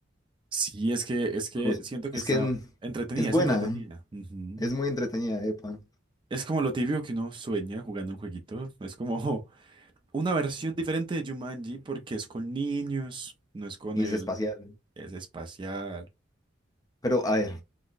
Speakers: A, on the right (about 25°); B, on the left (about 20°).
A: Sí, es que, es que
B: Pues,
A: siento que
B: es
A: está
B: que en-
A: entretenida,
B: es buena,
A: es entretenida. Ujú.
B: es muy entretenida, epa,
A: Es como lo típico que uno sueña jugando un jueguito. Es como una versión diferente de Jumanji porque es con niños, no es con
B: y
A: él,
B: es espacial.
A: es espacial.
B: Pero, a ver,